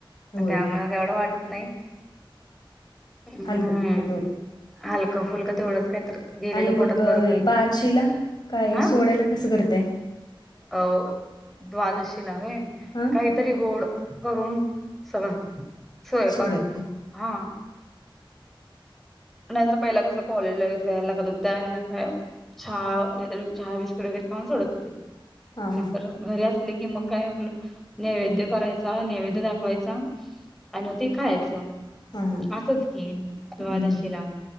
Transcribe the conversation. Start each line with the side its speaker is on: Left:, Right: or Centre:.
Left: होय
Centre: त्यामुळे म एवढं वाटत नाही हम्म
Left: हलकं फुलकं तेवढंच
Centre: हलकां फुलकं तेवढंच काय तर गेलेलं
Left: आणि मग
Centre: पोटात बरं पडते
Left: बारशीला काय
Centre: हा
Left: सोडायला कसं करतय
Centre: अ द्वादशीला होय
Left: हा
Centre: काय तरी गोड करून सगळं सोयपाक
Left: सोडायचे
Centre: हा नाहीतर पहिला कसं कॉलेजला वैगेरे जायला लागत होत त्यावेळेला काय चहा नाहीतर चहा बिस्किट वगैरे खाऊन सोडतते
Left: हा
Centre: नर घरी असले क कि मग काय आपलं नैवेद्य करायचा नैवेद्य दाखवायचा आणि ते खायचं
Left: हा
Centre: असच की द्वादशीला
Left: हम्म